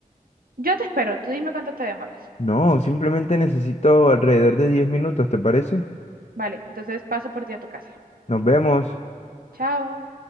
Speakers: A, on the right (about 85°); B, on the left (about 45°).
A: Yo te espero, tú dime cuánto te demoras.
B: No, simplemente necesito alrededor de 10 minutos, ¿te parece?
A: Vale, entonces paso por ti a tu casa.
B: Nos vemos.
A: Chao.